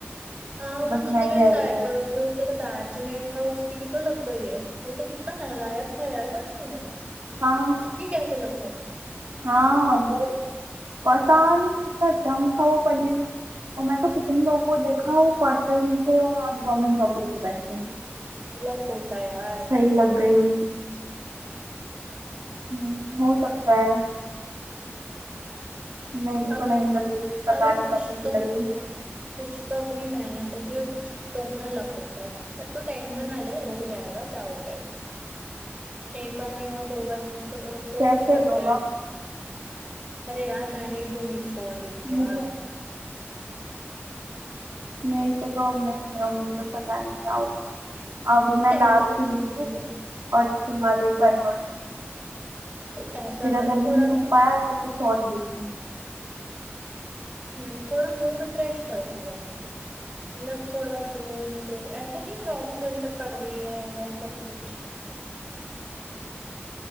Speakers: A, on the right; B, on the right.
A: हाँ वो
B: बस
A: जो
B: मैं
A: तेरे
B: ही रह
A: सा-
B: गई हूँ
A: अ, जो तेरे बैचमेट था उसकी भी तो लग गई है वो तो कितना नालायक था यार पता है
B: हाँ
A: उसकी
B: हाँ
A: कैसे लग गई
B: हाँ वो पता नहीं कितना डम था वो पढ़ने में और मैंने तो कितने लोगों को देखा वो पढ़ते ही नहीं थे और आज गवर्नमेंट जॉब लेके बैठे हैं
A: लग होता है यार
B: सही लग गई उनकी हम्म, हो सकता है मेरी
A: अब
B: तो नहीं लग रही पता
A: अरे
B: नहीं
A: कुछ
B: कब तक
A: तो
B: की लगेगी
A: कुछ तो अपनी मेहनत होती है और कुछ तो अपना लक होता है पर तो टेंशन ना ले हो जाएगा क्या होगा इसमें एक बार नहीं हुआ दो बार नहीं हुआ तो अ, कोशिश
B: कैसे
A: करते
B: ही होगा
A: रहे अरे यार मैंने भी उम्मीद छोड़ दी थी यार
B: मुझे मेरे को तो अब नहीं है उम्मीद अब पता नहीं क्या होगा अब मैं
A: टेंशन
B: लास्ट ही दूंगी
A: क्यों ली
B: और इसके बाद एक बार और देखूंगी।
A: तो ऐसा
B: फिर अगर
A: कर
B: नहीं
A: थोड़ा ना
B: हो पाया तो कुछ और देखेंगे
A: हम्म, थोड़ा मूड फ्रेश कर तू अपना मतलब थोड़ा घूम फिर ऐसा नहीं चौबीस घंटे पड़ रही है या सब कुछ